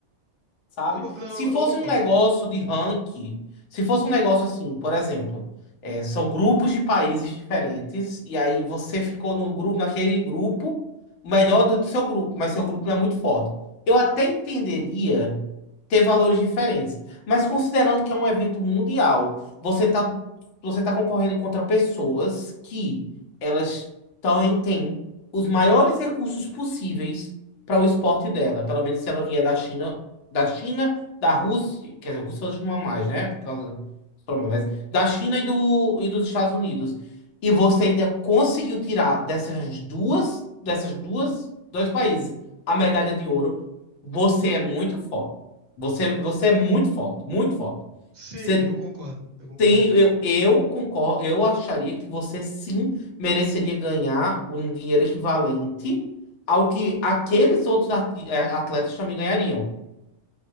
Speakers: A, on the left; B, on the right.
A: sabe?
B: Eu con- não,
A: Se
B: eu
A: fosse
B: concordo.
A: um negócio de ranking, se fosse um negócio assim, por exemplo, é, são grupos de países diferentes, e aí você ficou no grupo, naquele grupo, o melhor do seu grupo, mas seu grupo não é muito forte. Eu até entenderia ter valores diferentes, mas considerando que é um evento mundial, você tá, você tá concorrendo contra pessoas que elas tão- têm os maiores recursos possíveis para o esporte dela, pelo menos se ela vier da China da China, da Rússia, quer dizer, a Rússia hoje não é mais, né? Por causa dos problemas, mas da China e, do, e dos Estados Unidos. E você ainda conseguiu tirar dessas duas, dessas duas, dois países a medalha de ouro. Você é muito forte. Você, você é muito forte, muito forte.
B: Sim,
A: Você
B: eu concordo. Eu concordo.
A: tem, eu, eu concordo, eu acharia que você sim mereceria ganhar um dinheiro equivalente ao que aqueles outros ati- eh, atletas também ganhariam.